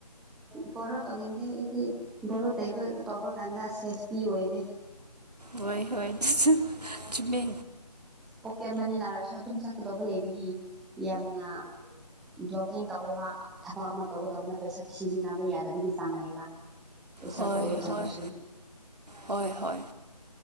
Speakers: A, in the centre; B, on the right.
A: ꯕꯣꯔꯣ ꯇꯧꯅꯤꯡꯗꯦ ꯑꯩꯗꯤ ꯕꯣꯔꯣ ꯇꯩꯕ ꯇꯧꯕ ꯀꯥꯟꯗ ꯁꯦꯐꯇꯤ ꯑꯣꯏꯗꯦ
B: ꯍꯣꯏ ꯍꯣꯏ ꯑꯗꯨꯁꯨ ꯆꯨꯝꯃꯦ
A: ꯄꯣꯀꯦꯠ ꯃꯅꯤ ꯂꯥꯛꯔꯁꯨ ꯑꯗꯨꯝ ꯆꯠꯀꯗꯧꯕ ꯂꯩꯕꯒꯤ ꯌꯥꯝꯅ ꯕ꯭ꯂꯣꯀꯤꯡ ꯇꯧꯋꯦꯕ ꯊꯕꯛ ꯑꯃ ꯇꯧꯒꯗꯧꯕꯅ ꯄꯩꯁꯥꯗꯨ ꯁꯤꯖꯤꯟꯅꯕ ꯌꯥꯗꯕꯒꯤ ꯆꯥꯡ ꯂꯩꯌꯦꯕ ꯄꯩꯁꯥ
B: ꯍꯣꯏ
A: ꯕꯣꯔꯣ ꯇꯧꯕꯁꯨ
B: ꯍꯣꯏ ꯍꯣꯏ ꯍꯣꯏ